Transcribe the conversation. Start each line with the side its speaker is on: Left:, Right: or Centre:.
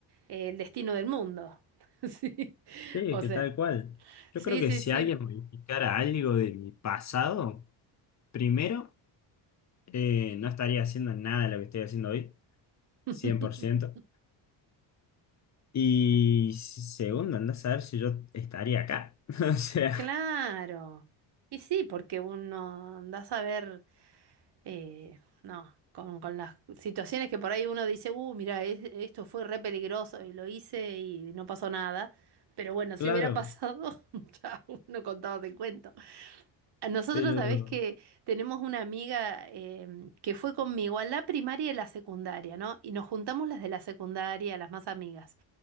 Right: eh, el destino del mundo. <laughs> Sí,
Left: Sí,
Right: o
Left: que
Right: sea,
Left: tal cual. Yo
Right: sí,
Left: creo que
Right: sí,
Left: si
Right: sí.
Left: alguien modificara algo de mi pasado... Primero, eh, no estaría haciendo nada de lo que estoy haciendo hoy,
Right: <laughs>
Left: cien por ciento Y
Right: Sí.
Left: segundo, andás a ver si yo estaría acá. <laughs> O sea,
Right: Claro. Y sí, porque uno anda a ver Eh, no, con, con las situaciones que por ahí uno dice, uh, mira, esto fue re peligroso y lo hice y no pasó nada. Pero bueno, si
Left: claro,
Right: hubiera pasado, <laughs> ya uno contaba el cuento. A nosotros,
Left: pero...
Right: sabés que tenemos una amiga eh, que fue conmigo a la primaria y la secundaria, ¿no? Y nos juntamos las de la secundaria, las más amigas.